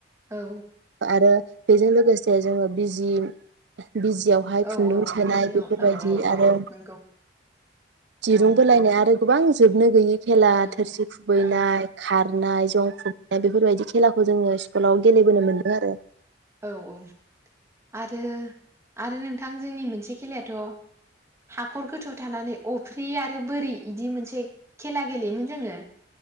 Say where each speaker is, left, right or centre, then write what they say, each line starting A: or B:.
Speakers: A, on the right; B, on the right.
A: औ
B: आरो बेजों लोगोसे जोङो बिजि बिजियावहाय
A: औ
B: खुन्दुं
A: औ
B: सोनाय
A: बिजियाव
B: बेफोरबायदि
A: औ औ
B: आरो
A: औ नंगौ
B: दिरुं
A: औ ओं
B: बोलायनाया आरो गोबां जोबनो गैयि खेला
A: ओं
B: थोरसि खुबैनाय
A: ओं
B: खारनाय जं खुबैनाय बेफोरबायदि खेलाखौ जोङो स्कुलाव गेलेबोनो मोन्दों आरो
A: औ औ आरो आरो नोंथां जोंनि मोनसे खेलायाथ' हाखर गोथौआव थानानै अफ्रि आरो बोरि बिदि मोनसे खेला गेलेयोमोन जोङो।